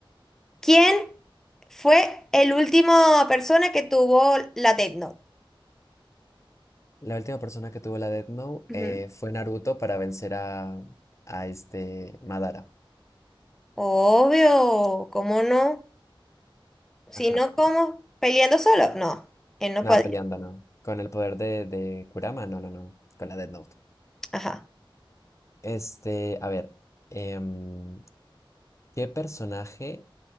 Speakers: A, in the centre; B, on the left (about 35°).
A: ¿Quién fue el último persona que tuvo la Death Note?
B: La última persona que tuvo la Death Note
A: Ujú.
B: eh, fue Naruto para vencer a, a este Madara.
A: Obvio, ¿cómo no? Si
B: Ajá.
A: no, ¿cómo? ¿Peleando solo? No, él no
B: No,
A: podía.
B: peleando, no. Con el poder de, de Kurama, no, no, no. Con la Death Note.
A: Ajá.
B: Este, a ver. em, ¿qué personaje